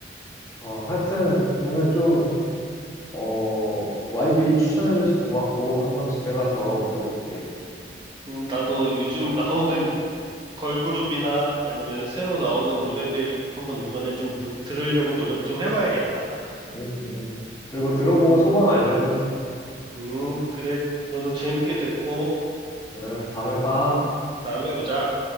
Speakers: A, on the left (about 15°); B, on the right (about 25°).
A: 어, 하여튼 오늘 좀 어, YB 추천해줘서 고맙고, 한번 집에 가서 들어볼게.
B: 음, 나도 요즘 나오는 걸그룹이나 아니면 새로 나오는 노래들 한번 이번에 좀 노- 들으려고 노력 좀 해봐야겠다.
A: 음, 음. 그리고 들어보고 소감 알려줘.
B: 음, 그래. 너도 재밌게 듣고
A: 응, 다음에 봐.
B: 다음에 보자.